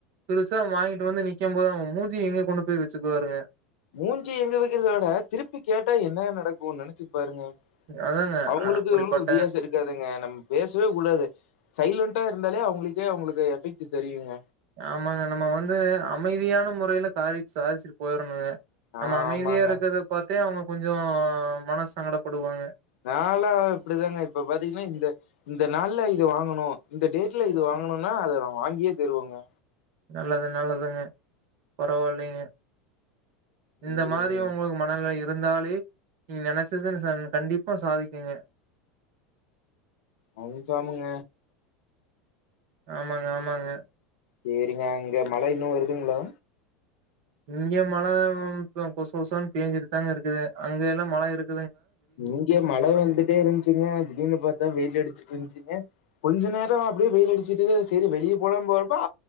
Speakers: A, on the right; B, on the left.
A: பெருசு சா வாங்கிட்டு வந்து நிக்கும் போது அவு மூஞ்சி எங்க கொண்டு போய் வச்சிக்குவாருங்க
B: மூஞ்சி எங்க வைக்குறதோவிட திருப்பி கேட்டா என்ன நடக்கும்னு நினைச்சி பாருங்க
A: அதாங்க
B: அவங்களுக்கு
A: அப்படிப்பட்ட
B: இவங்களக்கும் வித்தியாசம் இருக்காதுங்க நம்ப பேசவே கூடாது சைலன் ட்டா இருந்தாலே அவங்களுக்கே அவங்களுக்கு எஃபெக்ட் தெரியுங்க
A: ஆமாங்க நம்ம வந்து அமைதியான முறையில காரி சாதிச்சுட்டு போயிறணுங்க
B: ஆமாங்க.
A: நம்ம அமைதியா இருக்கறத பாத்தே அவுங்க கொஞ்சோ அ மனசு சங்கடப்படுவாங்க
B: நாளா இப்படிதாங்க இப்ப பாத்தீங்கன்னா இந்த இந்த நாள்ல இது வாங்கணும் இந்த டேட்ல இது வாங்கணும்னா அதை வாங்கியே திருவேங்க
A: நல்லது நல்லதுங்க பரவாயில்லைங்க
B: சரிங்க.
A: இந்த மாதிரியும் உங்களுக்கு மனநிலை இருந்தாலே நீங்க நெனைச்சதுன்னு சன் கண்டிப்பா சாதிக்குங்க
B: அவுங்க ஆலுங்க
A: ஆமாங்க ஆமாங்க
B: சேரிங்க இங்க மழை இன்னும் வருதுங்கள
A: இங்க மழை இப்ப கொச கொசனு பேஞ்சிட்டு தாங்க இருக்குது அங்க எல்லா மழை இருக்
B: இங்க மழை வந்துட்டே இருந்துச்சுங்க திடீருனு பார்த்தா வெயில் அடிச்சுட்டு இருந்துச்சுங்க கொஞ்ச நேரம் அப்படியே வெயில் அடிச்சுட்டு சரி வெளியே போல போறப்பா